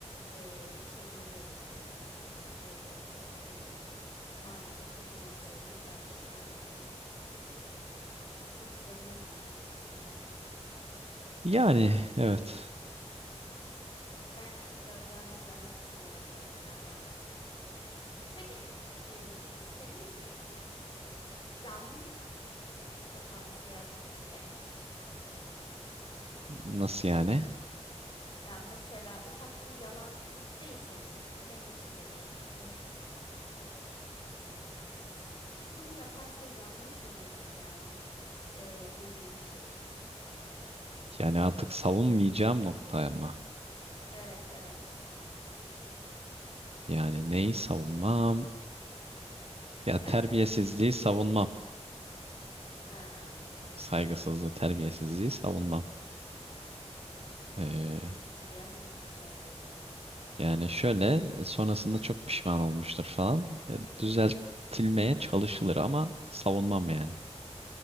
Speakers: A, on the left (about 45°); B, on the right (about 60°).
A: e, şeyinde değilim dediğim gibi. Türkiye'de yaşıyoruz yani. Maalesef takım elbise giyip ben pişmanım deyip kurtulabiliyorsun işin içinden.
B: Yani evet.
A: Ama ben işin biraz daha vicdani kısmına bakıyorum galiba. Peki e, senin için yanlış potansiyel suç ne?
B: Nasıl yani?
A: Yani mesela ufak bir yalan suç değil senin için. Benim için de değil. Yani ne olacak yalanla? S- Şunu yaparsa yanlış olur yani e, dediğin bir şey.
B: Yani artık savunmayacağım noktaya mı?
A: Evet evet. <laughs>
B: Yani neyi savunmam? Ya terbiyesizliği
A: Ya sen hiçbir şey.
B: savunmam.
A: Ha,
B: Saygısızlığı, terbiyesizliği savunmam. Ee,
A: bu biraz ilginç bir cevap oldu evet.
B: yani şöyle e, sonrasında çok pişman olmuştur falan. E, düzeltilmeye çalışılır ama savunmam yani.